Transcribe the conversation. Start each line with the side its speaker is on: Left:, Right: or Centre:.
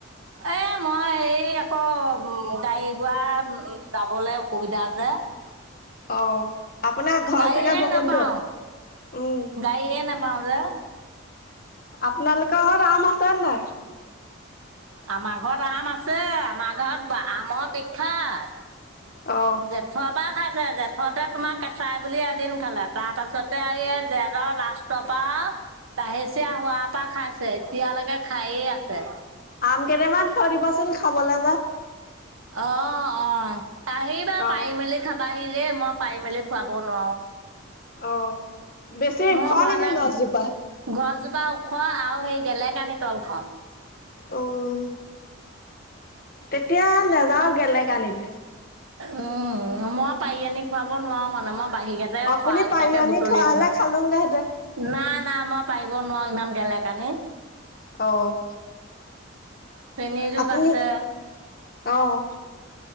Right: এ মই হেৰি আকৌ গাড়ী গোৰা যাবলৈ অসুবিধা যে।
Left: অ', আপোনাৰ ঘৰ
Right: গাড়ীয়ে
Left: চাগে বহুত
Right: নাপাওঁ,
Left: দূৰত উম।
Right: গাড়ীয়ে নাপ নাপাওঁ যে।
Left: আপোনালোকৰ ঘৰত আম আছে নাই?
Right: আমাৰ ঘৰত আম আছে আমাৰ ঘৰত আমৰ বিখ্যাত।
Left: অ
Right: <inaudible> জেঠৰ পৰা খাইছে জেঠতে তোমাৰ কেঁচাই বুলি এদিন খালে। তাৰপাছতে আৰু এই জেঠ আওঁ লাষ্ট তাৰপা দাহেচিয়ীয়া হোৱাৰ পৰা খাইছে এতিয়ালৈকে খায়ে আছে।
Left: আম কেইটামান থৈ দিবছোন খাবলৈ যাম।
Right: অ', অ', আহিবা
Left: অ
Right: পাৰি মেলি খাবাহি দে মই পাৰি মেলি খুৱাব নোৱাৰো।
Left: অ বেছি ওখ
Right: মই বোৱা
Left: নেকি
Right: নাই
Left: গছজোপা?
Right: গছজোপা ওখ আৰু সেই গেলেকানি তলখন।
Left: অ', তেতিয়া নাযাওঁ গেলেকানিত।
Right: উম, মই পাৰি আনি খুৱাব নোৱাৰো মানে মই বাহি যে সৰা
Left: আপুনি
Right: কেইটাকে
Left: পাৰি
Right: বুটলি
Left: থোৱা
Right: আনি
Left: হলে
Right: থওঁ।
Left: খালোংগেহেঁতেন।
Right: নাই নাই মই পাৰিব নোৱাৰো ইমান গেলেকানিত।
Left: অ'
Right: চেনীযুগ
Left: আপুনি
Right: আছে
Left: অ'।